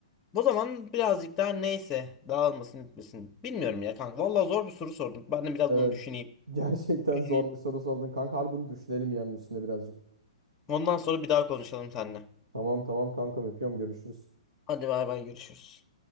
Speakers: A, on the left (about 20°); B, on the right (about 90°).
A: bu zaman birazcık daha neyse dağılmasın etmesin. Bilmiyorum ya kanka. Vallahi zor bir soru sordum. Ben de biraz
B: evet.
A: bunu düşüneyim.
B: <laughs> Gerçekten
A: Düşüneyim.
B: zor bir soru sordun kanka. Harbi bunu düşünelim yani üstüne birazcık.
A: Ondan sonra bir daha konuşalım seninle.
B: Tamam tamam kankam öpüyorum görüşürüz.
A: Hadi bay bay görüşürüz.